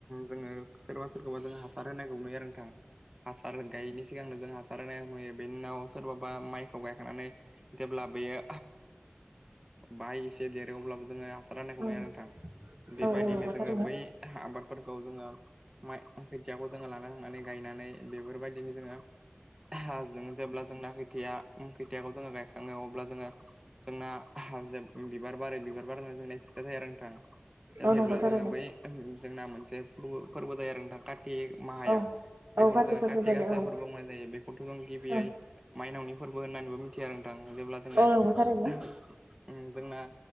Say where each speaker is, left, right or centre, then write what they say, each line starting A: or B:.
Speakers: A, on the right; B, on the right.
A: जोङो सोरबा सोरखौबा जों हासार होनायखौ नुयो आरो नोंथां। हासार गायैनि सिगांनो जों हासार होनाय नुयो बेनि उनाव सोरबाबा माइखौ गायखांनानै जेब्ला बेयो बाहाय एसे देरो अब्लाबो जोङो हासार राननायखौ
B: औ
A: नुयो आरो नोंथां। बेबायदिनो
B: औ नंगौ
A: जोङो
B: थारैनो
A: बै आबादफोरखौ जोङो माइ खोथियाखौ जोङो लाना थांनांनानै गायनानै बेफोरबायदिनो जोङो हाजों जेब्ला जोंना खैथाया खैथियाखौ जोङो गायखाङो अब्ला जोङो जोंना बिबार बारो बिबार बारनानै जोंना फिथाइ थायो आरो नोंथां फिथा
B: औ
A: थायब्ला
B: नंगौ थारैनो
A: जोङो बै जोंना मोनसे फोर--फोरबो जायो आरो नोंथां कारति माहायाव
B: औ
A: बेखौनो
B: औ काति
A: जोङो
B: फोरबो
A: कारति
B: जायो
A: गासाफोरबो
B: औ
A: बुंनाय जायो बेखौथ जों गिबियै
B: औ
A: माइनावनि फोरबो होननानैबो मिथिया नोंथां जेब्ला जोंना
B: औ नंगौ थारैनो
A: उम जोंना